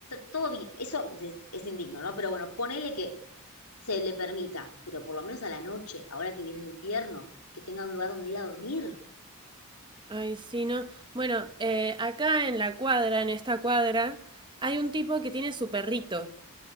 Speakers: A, on the left; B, on the right.
A: todo bi- eso es, es indigno, ¿no? Pero bueno, ponele que se le permita, pero por lo menos a la noche, ahora que viene el invierno, que tenga un lugar donde ir a dormir.
B: ay, sí, no. Bueno, eh, acá en la cuadra, en esta cuadra, hay un tipo que tiene su perrito.